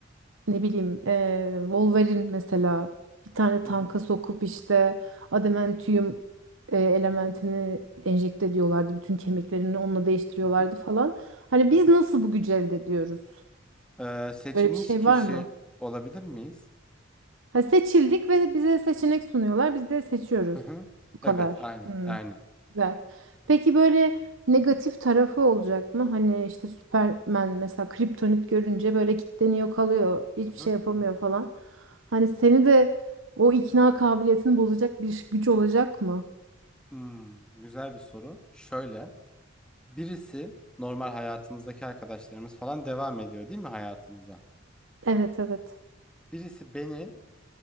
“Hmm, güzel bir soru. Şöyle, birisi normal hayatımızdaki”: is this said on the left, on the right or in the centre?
Centre